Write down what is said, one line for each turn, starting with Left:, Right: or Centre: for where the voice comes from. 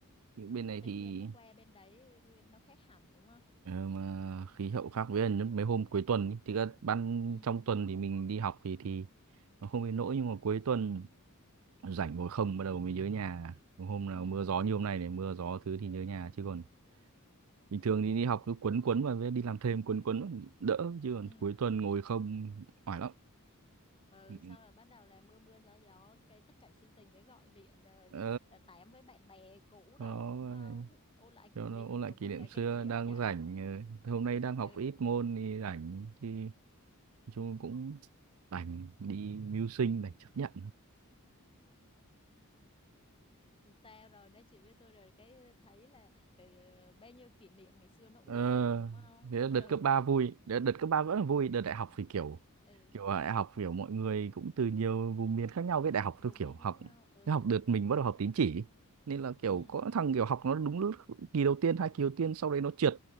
Right: Nhưng bên này
Left: tự
Right: thì
Left: nhiên nó qua bên đấy nó khác hẳn đúng không
Right: ờ, mà khí hậu khác với là mấy hôm cuối tuần ý. thì ra ban
Left: ừ
Right: trong tuần thì mình đi học thì thì nó không đến nỗi nhưng mà cuối tuần rảnh ngồi không bắt đầu mới nhớ nhà hôm nào
Left: ừ
Right: mưa gió như hôm nay này mưa gió thứ thì nhớ nhà chứ còn bình thường thì đi học cứ quấn quấn và với đi làm thêm quấn quấn vào đỡ chứ còn
Left: ừ
Right: cuối tuần ngồi không oải lắm
Left: Ừ,
Right: Ừ.
Left: sau là bắt đầu là mưa mưa gió gió cái tức cảnh sinh tình cái gọi điện
Right: ừ.
Left: uh, tám với bạn bè cũ
Right: ờ
Left: đồ
Right: cho
Left: đúng không
Right: nó
Left: <laughs> ôn lại kỷ
Right: cho
Left: niệm
Right: nó ôn
Left: rồi
Right: lại kỷ
Left: cùng
Right: niệm
Left: là
Right: xưa
Left: các kiểu
Right: đang
Left: nha
Right: rảnh ờ, hôm nay đang học
Left: ừ.
Right: ít môn thì rảnh thì nói chung cũng đành đi mưu sinh đành chấp nhận
Left: sao rồi nói chuyện với tôi rồi cái thấy là ừ, bao nhiêu kỷ niệm ngày xưa nó ùa
Right: ờ
Left: về đúng không
Right: thế là
Left: <laughs>
Right: đợt
Left: ừ
Right: cấp 3 vui đợt, đợt cấp ba vẫn là vui đợt đại học thì kiểu
Left: ừ
Right: kiểu là đại học kiểu mọi người cũng từ nhiều vùng miền khác nhau với đại học
Left: vùng
Right: tôi kiểu
Left: miền
Right: học
Left: khác nhau ừ
Right: cái học đợt mình bắt đầu học tín chỉ nên là kiểu
Left: ừ
Right: có thằng kiểu học nó đúng lúc kỳ đầu tiên hai kỳ đầu tiên sau đấy nó trượt